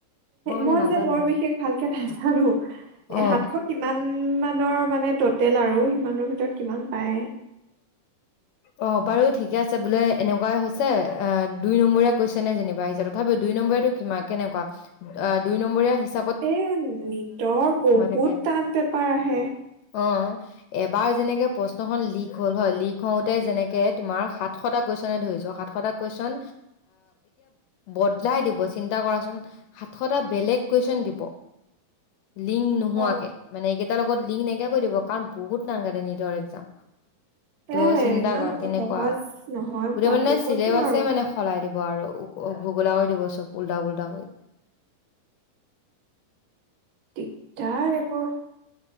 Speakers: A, on the left; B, on the right.
A: মানে
B: মই
A: নাজানো
B: যে বৰ
A: ইমান
B: বিশেষ ভালকে নাজানো
A: অ
B: এ সাতশ কিমান মান মানে টেল আৰু সিমানৰ ভিতৰত কিমান পায়
A: অ বাৰু ঠিকে আছে বোলে এনেকুৱাই হৈছে অ দুই নম্বৰীয়া কৈছে নে যেনিবা আহিছে তথাপি দুই নম্বৰটো কিমান কেনেকুৱা অ দুই নম্বৰ আহিছে
B: এ নিতৰ বহুত
A: থাকে
B: টান পেপাৰ আহে
A: অ', এবাৰ যেনেকে, প্ৰশ্নখন লিক হ'ল হয়, লিক যেনেকে তুমাৰ, সাতশ, কেশনেই ধৰিছোঁ, সাত কেশন, বদলাই দিব চিন্তা কৰাচোন সাতশটা বেলেগ কেশন দিব, লিংক নোহোৱাকে,
B: অ
A: মানে এইাৰ লগত লিংক নাইকিয়া কৰি দিব। কাৰণ বহুত টান কাতে নিতৰ এক্সম। ত'
B: এ
A: চিন্তা
B: ইমান
A: কৰা, কেনেকুৱা
B: সহজ নহয়
A: গোটেই
B: পোৱাতো
A: মানে
B: ক'তনো
A: চিলেবাছে
B: আৰু
A: মানে সলাই দিব আৰু। অগোলা কৰি দিব, চব উল্টা, পল্টা কৰি।
B: দিগদাৰ এবোৰ।